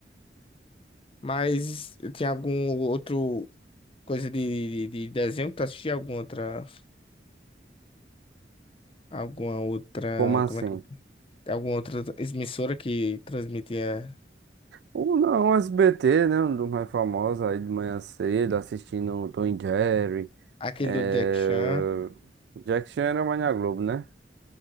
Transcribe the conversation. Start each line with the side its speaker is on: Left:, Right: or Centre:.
Left: Mas tem algum outro coisa de, de, de desenho que tu assistia? Alguma outra, alguma outra,
Right: Como assim?
Left: como é que, alguma outra emissora que transmitia
Right: Ou não, SBT, né? Um dos mais famosos aí de manhã cedo, assistindo o Tom e Jerry.
Left: aquele
Right: É...
Left: do Jack Chan?
Right: Jack Chan era mais na Globo, né?